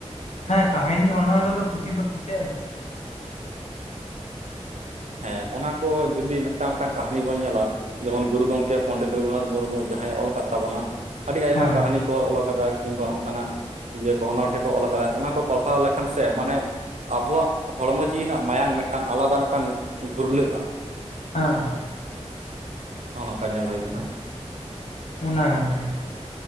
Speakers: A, on the left; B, on the right.
A: ᱦᱮᱸ ᱠᱟᱹᱦᱱᱤ ᱚᱱᱚᱞ ᱨᱮᱫᱚ ᱠᱩᱥᱤ ᱫᱚ ᱠᱩᱥᱤᱭᱟᱜ ᱜᱤᱭᱟᱹᱧ
B: ᱦᱮᱸ ᱚᱱᱟ ᱠᱚ ᱡᱩᱫᱤ ᱢᱤᱫᱴᱟᱝ ᱢᱤᱫᱴᱟᱝ ᱠᱟᱹᱦᱱᱤ ᱵᱚᱱ ᱧᱮᱞᱟ ᱡᱮᱢᱚᱱ ᱜᱩᱨᱩ ᱜᱚᱝᱠᱮ ᱯᱚᱱᱰᱤᱛ ᱨᱚᱜᱷᱩᱱᱟᱛᱷ ᱢᱩᱨᱢᱩ ᱡᱟᱦᱟᱸᱭ ᱮ ᱚᱞ ᱠᱟᱫ ᱛᱟᱵᱚᱱᱟ ᱟᱹᱰᱤ ᱟᱭᱢᱟ
A: ᱦᱮᱸ
B: ᱠᱟᱹᱦᱱᱤ ᱠᱚ ᱚᱞ ᱠᱟᱫᱟ ᱠᱤᱝᱵᱟ ᱚᱝᱠᱟᱱᱟᱜ ᱤᱭᱟᱹ ᱠᱚ ᱚᱱᱚᱬᱦᱮᱸ ᱠᱚ ᱚᱞ ᱠᱟᱫᱟ ᱚᱱᱟ ᱠᱚ ᱯᱟᱲᱦᱟᱣ ᱞᱮᱠᱷᱟᱱ ᱥᱮ ᱢᱟᱱᱮ ᱟᱵᱚᱣᱟᱜ ᱦᱚᱲᱢᱚ ᱡᱤᱣᱤ ᱨᱮᱱᱟᱜ ᱢᱟᱭᱟᱝ ᱢᱤᱫᱴᱟᱝ ᱟᱞᱟᱫᱟ ᱢᱤᱫᱴᱟᱝ ᱜᱷᱩᱨᱞᱟᱹᱜᱼᱟ
A: ᱦᱮᱸ
B: ᱱᱚᱜᱼᱚ ᱱᱚᱝᱠᱟ ᱧᱮᱞ ᱦᱩᱭ ᱠᱟᱱᱟ
A: ᱚᱱᱟ ᱛᱮ